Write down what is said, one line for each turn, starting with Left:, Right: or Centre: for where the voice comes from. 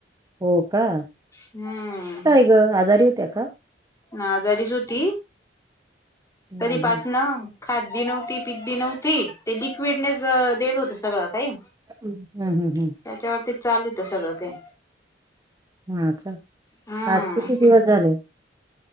Right: हो का
Left: हम्म.
Right: <unintelligible> आजारी होत्या का?
Left: आजारीचं होती
Right: हम्म
Left: कधी पासनं
Right: हम्म
Left: खात बी नव्हती पीत बी नव्हती. ते लिक्विडनेच देत होते सगळं काही.
Right: हम्म हम्म हम्म.
Left: त्याच्यावरती चालु होतं सगळं काय.
Right: हा का
Left: हम्म
Right: आज किती दिवस झाले?